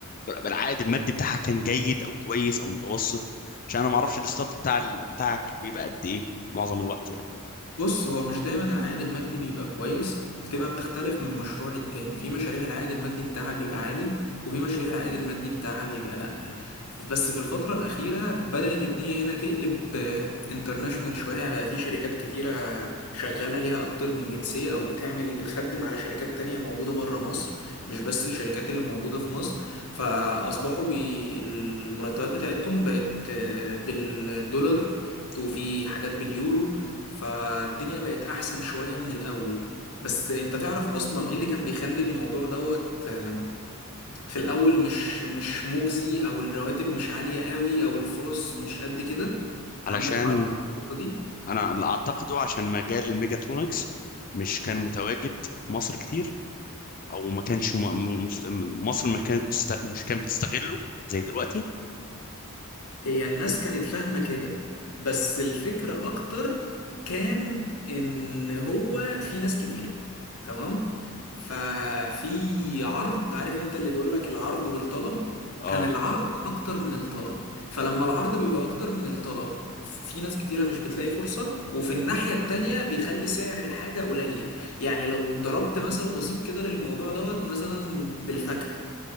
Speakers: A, on the left; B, on the left.
A: بالعائد المادي بتاعها كان جيد او كويس او متوسط عشان انا ما اعرفش الستارت بتاع ال- بتاعك بيبقى قد ايه معظم الوقت يعني
B: بص هو مش دايما العائد المادي بيبقى كويس بتبقى بتختلف من مشروع للتاني في مشاريع العائد المادي بتاعها بيبقى عالي وفي مشاريع العائد المادي بتاعها بيبقى لأ بس في الفترة الأخيرة بدأت الدنيا هنا تقلب انترناشونال شوية يعني بقى في شركات كتيرة شغالة ليها أكتر من جنسية أو بتعمل بتخدم على شركات تانية موجودة بره مصر مش بس الشركات اللي موجودة في مصر فأصبحوا بي المرتبات بتاعتهم بقت آه، بالدولار وفي حاجات باليورو فالدنيا بقت احسن شوية من الاول بس انت تعرف اصلا ايه اللي كان بيخلي الموضوع دوت آم، في الاول مش مش مجزي او الرواتب مش عالية قوي او الفرص مش قد كده
A: علشان
B: عندك معلومة عن النقطة دي
A: انا اللي اعتقده عشان مجال الميجاترونكس مش كان متواجد في مصر كتير او ما كانش م- م- مست- مصر ما كانت بتست- مش كانت بتستغله زي دلوقتي
B: هي الناس كانت فاهمة كده بس الفكرة أكتر كان إن هو في ناس كتير تمام ففي عرض عارف أنت اللي بيقولك العرض والطلب
A: اه
B: كان العرض أكتر من الطلب فلما العرض بيبقى أكتر من الطلب في ناس كتيرة مش بتلاقي فرصة وفي الناحية التانية بيخلي سعر الحاجة قليل يعني لو ضربت مثل بسيط كده للموضوع دوت مثلا بالفاكهة